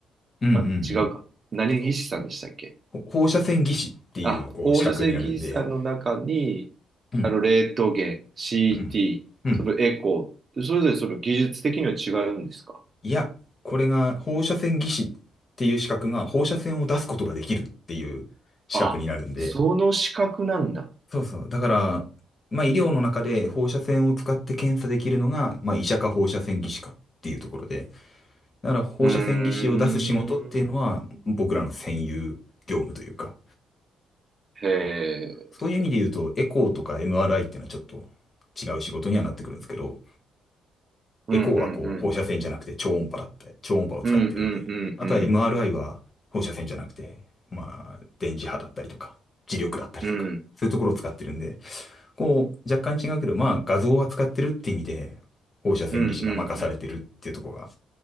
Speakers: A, on the left (about 30°); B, on the right (about 40°).
A: うんうんうん。
B: あ、違うか。何技師さんでしたっけ
A: そう。ほ放射線技師っていう、
B: あ、
A: こう、
B: 放射線技師さんの中に、
A: 資格になるんで、うん。
B: あの、レントゲン、CT、
A: うん。うん。
B: そのエコー、それぞれその技術的には違うんですか
A: いや、これが放射線技師っていう資格が放射線を出すことができるっていう資格になるんで、
B: あ、その資格なんだ。
A: そうそう。だから、まあ医療の中で放射線を使って検査できるのが、まあ医者か放射線技師かっていうところで、だから放射線技師を出す仕事っていうのは僕らの専有業務というか、
B: うーん。へえ。
A: そういう意味で言うとエコーとか MRI っていうのはちょっと違う仕事にはなってくるんですけど、
B: うん、
A: エコーはこう放射線じゃなくて超音波だって、
B: うん、うん、うん。
A: 超音波を使ってるんで、
B: うん、うん、うん、
A: あとは
B: うん。
A: MRI は放射線じゃなくて、まあ電磁波だったりとか、磁力だったりとか、
B: うん、
A: そういうところを使ってるんで、こう、若干違うけど、まあ、画像を扱ってるって意味で、放射線技師が任されてるっていうところが
B: うん、うん、うん。